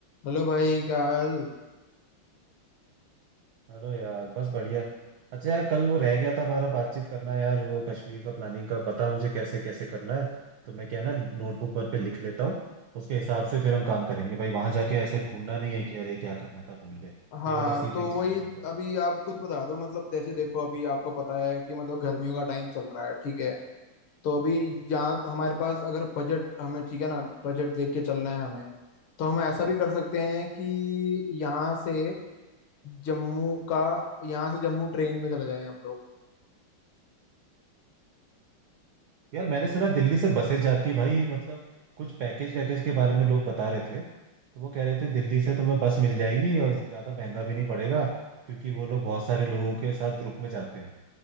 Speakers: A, on the left; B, on the right.
A: हेलो भाई क्या हाल
B: Hello यार बस बढ़िया अच्छा यार कल वो रह गया था हमारा बातचीत करना यार वो कश्मीर का प्लानिंग का बता मुझे कैसे कैसे करना है तो मैं क्या ना नोटबुक पर पे लिख लेता हूँ उसके हिसाब से फिर हम काम करेंगे भाई वहां जाके ऐसे ढूंढना नहीं है कि अरे क्या करना था भूल गए
A: हाँ
B: ये वाला सीन
A: तो
B: नहीं चाहिए
A: वही
B: अपने को
A: अभी आप खुद बता दो मतलब जैसे देखो अभी आपको पता है कि मतलब गर्मियों का टाइम चल रहा है ठीक है तो अभी यहाँ हमारे पास अगर बजट हमें ठीक है ना बजट देख के चलना है हमें तो हम ऐसा भी कर सकते हैं कि यहाँ से जम्मू का यहाँ से जम्मू ट्रेन में चले जाएं हम लोग
B: यार मैंने सुना दिल्ली से बसें जाती भाई मतलब कुछ पैकेज वैकेज के बारे में लोग बता रहे थे तो वो कह रहे थे दिल्ली से तुम्हें बस मिल जाएगी और ज्यादा महंगा भी नहीं पड़ेगा क्योंकि वो लोग बहुत सारे लोगों के साथ ग्रुप में जाते हैं